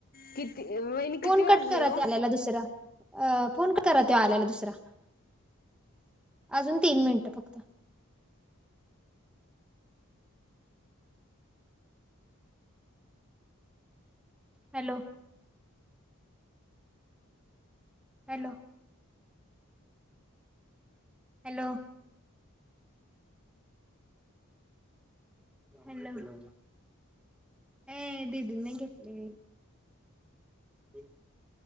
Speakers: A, on the left; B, in the centre.
A: किती वाहिनी
B: फोन
A: किती
B: कट
A: वाजले
B: करा
A: ओ?
B: ते आल्याला दुसरा अ फोन करा ते आल्याला दुसरा, अजून तीन मिनिटं फक्त. हॅलो! हॅलो! हॅलो! हॅलो! ए दिदींनी घेतलि. <unintelligible>